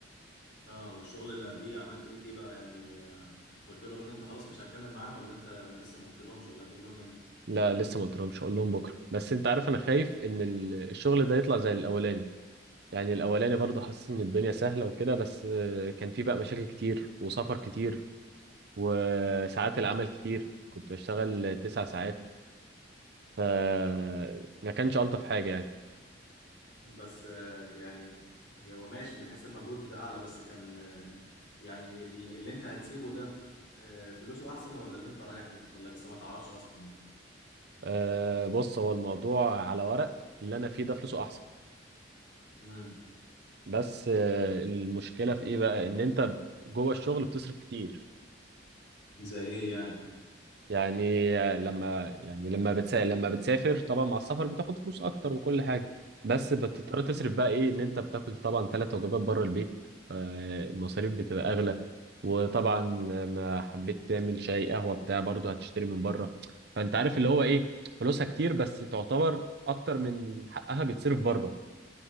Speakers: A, on the left; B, on the right.
A: اه والشغل اللي قبليه عملت ايه فيه بقى يعني آه، قلت لهم ان انت خلاص مش هتكمل معاهم ولا انت لسه ما قلت لهمش ولا هتقول لهم امتى
B: لا لسه ما قلتلهمش اقول لهم بكرة بس انت عارف انا خايف ان ال- الشغل ده يطلع زي الاولاني يعني الاولاني برضه حسيت ان الدنيا سهله وكده بس آه، كان في بقى مشاكل كتير وسفر كتير وساعات العمل كتير كنت بشتغل تسع ساعات فما كانش الطف حاجه يعني
A: بس آه، يعني هي هو ماشي من حيث المجهود ده اعلى بس كان آه، يعني ال- اللي انت هتسيبه ده آه، فلوسه احسن ولا اللي انت رايح له ولا لسه ما تعرفش اصلا
B: آه، بص هو الموضوع على ورق اللي انا فيه ده فلوسه احسن
A: امم
B: بس آه، المشكله في ايه بقى ان انت جوه الشغل بتصرف كتير
A: زي ايه يعني
B: يعني لما يعني لما بتسافر لما بتسافر طبعا مع السفر بتاخد فلوس اكتر وكل حاجه بس بتضطر تصرف بقى ايه ان انت بتاكل طبعا ثلاث وجبات بره البيت فالمصاريف بتبقى اغلى وطبعا لما حبيت تعمل شاي قهوه بتاع برضه هتشتري من بره فانت عارف اللي هو ايه فلوسها كتير بس تعتبر اكتر من حقها بيتصرف بره